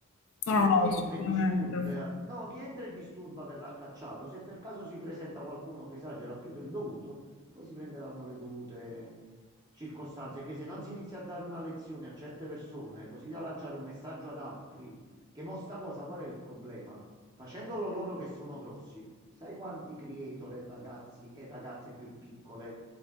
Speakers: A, on the left (about 65°); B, on the right (about 20°).
A: No,
B: Quindi chi
A: no,
B: entra
A: sicuramente.
B: e disturba, no, chi entra e disturba verrà cacciato. Se per caso si presenta qualcuno che esagera più del dovuto, poi si prenderanno le dovute circostanze. Perché se non si inizia a dare una lezione a certe persone, così da lanciare un messaggio ad altri, che mo sta cosa, qual è il problema? Facendolo loro che sono grossi, sai quanti creator e ragazzi e ragazze più piccole